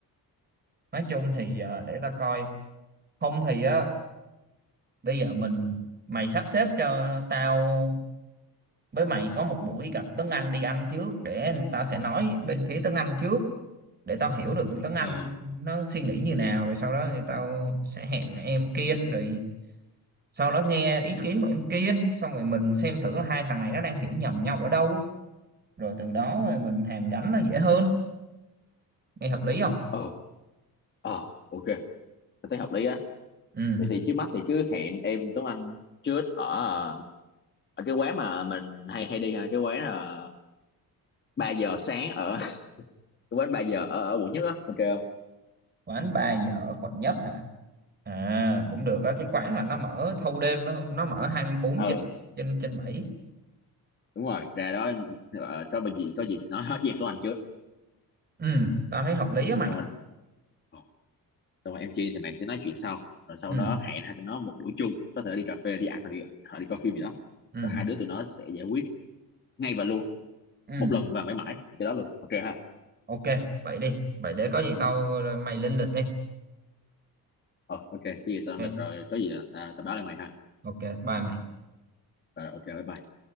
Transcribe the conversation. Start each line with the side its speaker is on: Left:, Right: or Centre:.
Right: nói chung thì ờ, để tao coi không thì á bây giờ mình mày sắp xếp cho tao với mày có một buổi gặp Tuấn Anh đi ăn trước để tao sẽ nói bên phía Tuấn Anh trước để tao hiểu được tiếng Anh
Left: ờ
Right: nó suy nghĩ như nào rồi sau đó thì tao sẽ hẹn em Kiên rồi sau đó nghe ý kiến của em Kiên xong rồi mình xem thử là hai thằng này nó đang hiểu nhầm nhau ở đâu rồi từ đó rồi mình hàn gắn nó dễ hơn nghe hợp lý không
Left: ờ ờ ok tao thấy hợp lý á
Right: ừ
Left: vậy thì trước mắt thì cứ hẹn em Tuấn Anh trước ở ờ, ở cái quán mà mình hay hay đi ha cái quán là 3 giờ sáng ở <laughs> cái quán 3 giờ ở, ở quận nhất á ok không
Right: quán ba giờ ở quận nhất hả à
Left: ừ.
Right: cũng được á cái quán mà nó mở thâu đêm nó nó mở 24
Left: ừ
Right: trên trên trên bảy.
Left: đúng rồi ra đó ờ, cho bà gì có gì nói hết với em Tuấn Anh trước
Right: ừ tao thấy hợp lý á mày
Left: xong rồi ờ, xong rồi em kia thì mày sẽ nói chuyện sau rồi sau
Right: ừ
Left: đó hẹn hai tụi nó một buổi chung có thể đi cà phê đi ăn hoặc đi hoặc đi coi phim gì đó
Right: ừ
Left: rồi hai đứa tụi nó sẽ giải quyết ngay và luôn
Right: ừ
Left: một lần và mãi mãi cái đó luôn ok ha
Right: ok vậy đi vậy để có gì tao mày lên lịch đi
Left: ờ ok cái gì tao lên
Right: Ok,
Left: lịch rồi có gì là tao tao báo lại mày ha
Right: Ok, bye mày
Left: rồi ok bye bye